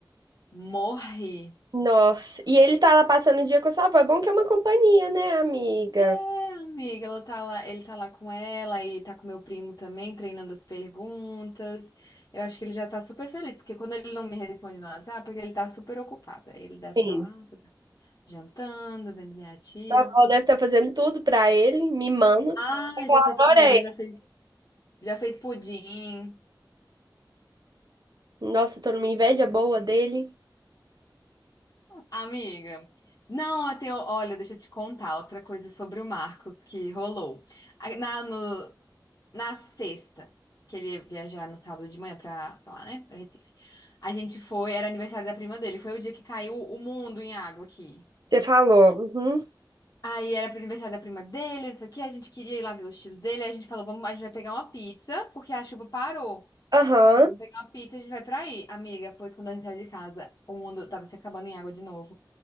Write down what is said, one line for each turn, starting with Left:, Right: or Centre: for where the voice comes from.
Left: morri.
Right: Nossa. E ele tá lá passando o dia com a sua avó. É bom que é uma companhia, né, amiga?
Left: É, amiga, ela tá lá, ele tá lá com ela e tá com meu primo também, treinando as perguntas. Eu acho que ele já tá super feliz, porque quando ele não me responde no WhatsApp, é que ele tá super ocupado. Aí ele deve
Right: Sim.
Left: estar lá jantando, vendo minha tia.
Right: Sua avó deve estar fazendo tudo pra ele, mimando.
Left: Ah, já fez
Right: Adorei.
Left: comida, já fez, já fez pudim.
Right: Nossa, eu tô numa inveja boa dele.
Left: Amiga, não, eu tenho, olha, deixa eu te contar outra coisa sobre o Marcos que rolou. A- Na, no- na sexta, que ele ia viajar no sábado de manhã pra, pra lá, né, pra Recife. A gente foi, era aniversário da prima dele, foi o dia que caiu o mundo em água aqui.
Right: Você falou. Uhum.
Left: Aí era pro aniversário da prima dele, não sei o que. a gente queria ir lá ver os tios dele, aí a gente falou, vamos, a gente vai pegar uma pizza, porque a chuva parou.
Right: Aham.
Left: Ela, falou, Vamos pegar uma pizza e a gente vai pra aí, amiga. Pois quando a gente saiu de casa, o mundo tava se acabando em água de novo.